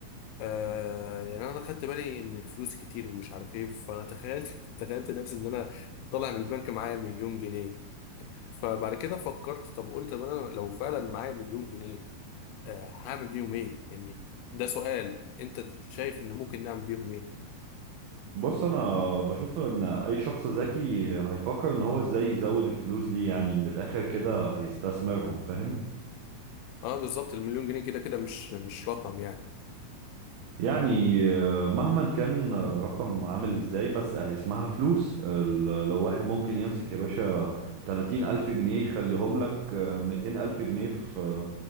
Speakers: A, on the left (about 85°); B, on the right (about 75°).
A: آه يعني انا خدت بالي ان الفلوس كتير ومش عارف ايه فانا تخيلت <laughs> تخيلت نفسي ان انا طالع من البنك معايا مليون جنيه فبعد كده فكرت طب قلت طب انا لو فعلا معايا مليون جنيه آه هعمل بيهم ايه يعني ده سؤال انت شايف ان ممكن نعمل بيهم ايه
B: بص انا بشوف ان اي شخص ذكي هيفكر ان هو ازاي يزود الفلوس دي يعني من الاخر كده هيستثمرهم فاهم
A: اه بالظبط المليون جنيه كده كده مش مش رقم يعني
B: يعني آه، مهما كان آه، رقم عامل ازاي بس اهي اسمها فلوس ال- لو واحد ممكن يمسك يا باشا تلاتين الف جنيه يخليهم لك آه، ميتين الف جنيه في آه،